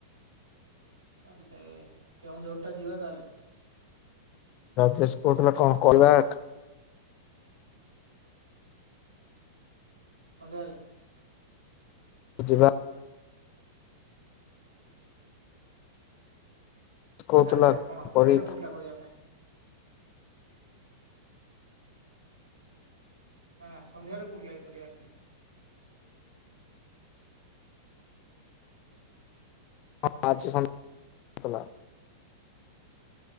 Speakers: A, on the right; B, on the left.
A: ତାହଲେ କେଉଁ ଜୋର ଟା ଯିବା ତାହଲେ।
B: ରାଜେଶ କହୁଥିଲା କଣ କଲା।
A: ସନ୍ଧ୍ୟାବେଳେ।
B: ଯିବା। କହୁଥିଲା
A: ରାଜେଶ୍ କଣ ସନ୍ଧ୍ୟାରେ
B: କରି
A: କହୁଥିଲା କରିବା ପାଇଁ। ନା ନା ସନ୍ଧ୍ୟାରେ କହୁଥିଲାକି କରିବା ପାଇଁ।
B: <unintelligible>